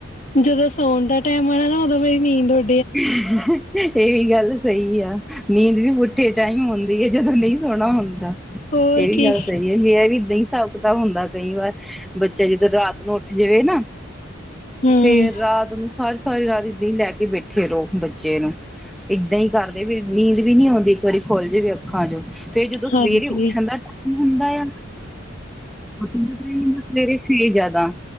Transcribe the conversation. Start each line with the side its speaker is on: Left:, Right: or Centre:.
Left: ਜਦੋਂ ਸੌਣ ਦਾ ਟੈਮ ਆਣਾ ਨਾ ਉਦੋਂ ਮੇਰੀ ਨੀਂਦ ਹੋ
Centre: <inaudible> ਇਹ ਵੀ ਗੱਲ ਸਹੀ ਆ ਨੀਂਦ ਵੀ ਪੁੁੱਠੇ ਟਾਈਮ ਆਉਂਦੀ ਆ ਜਦੋਂ ਨਹੀਂ ਸੌਣਾ ਹੁੰਦਾ।
Left: ਹੋਰ
Centre: ਇਹ ਵੀ
Left: ਕੀ
Centre: ਗੱਲ ਸਹੀ ਹੈ। ਇਹ ਵੀ ਏਦਾਂ ਹੀ ਹਿਸਾਬ ਕਿਤਾਬ ਹੁੰਦਾ ਕਈ ਵਾਰ ਬੱਚਾ ਜਿੱਦਰ ਰਾਤ ਨੂੰ। ਜਿਵੇਂ ਨਾ
Left: ਹੂੰ
Centre: ਫੇਰ ਰਾਤ ਨੂੰ ਸਾਰੀ ਸਾਰੀ ਰਾਤ ਏਦਾਂ ਲੈ ਕੇ। ਫੇਰੋ ਬੱਚੇ ਨੂੰ ਏਦਾਂ ਹੀ ਕਰਦੇ ਵੀ ਨੀਂਦ ਵੀ ਨੀ ਆਉਂਦੀ ਇੱਕ ਵਾਰੀ ਖੁੱਲ ਜਾਵੇ ਅੱਖਾਂ ਚ ਫੇਰ ਜਦੋਂ ਸਵੇਰੇ
Left: ਹਾਂਜੀ
Centre: ਉੱਠਣ ਦਾ ਟ ਹੁੰਦਾ ਆ ਸਵੇਰੇ ਫੇਰ ਜਿਆਦਾ